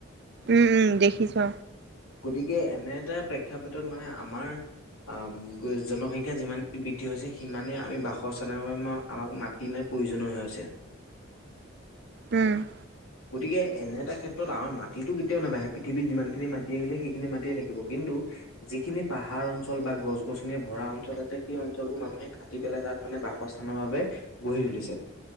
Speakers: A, on the right; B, on the left.
A: উম উম দেখিছো।
B: গতিকে এনে এটা প্ৰেক্ষাপথত মানে আমাৰ অ জনসংখ্যা যিমানেই বৃদ্ধি হৈছে সিমানেই আমি বাসৰ চালৰ আমাক মাতি ন প্ৰয়োজনীয় হৈছে
A: উম
B: গতিকে এনে এটা ক্ষেত্ৰত আমাৰ মাটিতটো কেতিয়াও নাবাঢ়ে পৃথিৱত যিমানখিনি মাটি আহিলে সেইখিনি মাটিয়ে থাকিব কিন্তু। যিখিনি পাহাৰ অঞ্চল বা গছ গছনি ভৰা অঞ্চল আছে সেই অঞ্চলবোৰ মানুহে কাটি পেলাই তাত মানে। বাসস্থানৰ বাবে গঢ়ি তুলিছে।